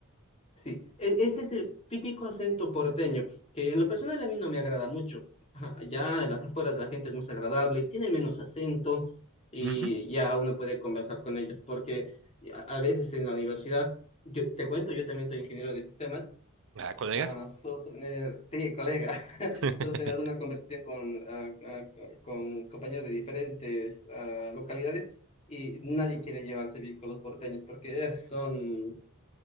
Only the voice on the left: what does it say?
sí. E- ese es el típico acento porteño, que en lo personal a mí no me agrada mucho. Ajá, Ya en las afueras la gente es más agradable, tiene menos acento y
ya uno puede conversar con ellos, porque a, a veces en la universidad, yo te cuento, yo también soy ingeniero de sistemas
Ah, solo tener, sí, colega, <laughs>
solo tener una conversación con, ah, ah, con compañeros de diferentes ah, localidades y nadie quiere llevarse bien con los porteños porque eh, son,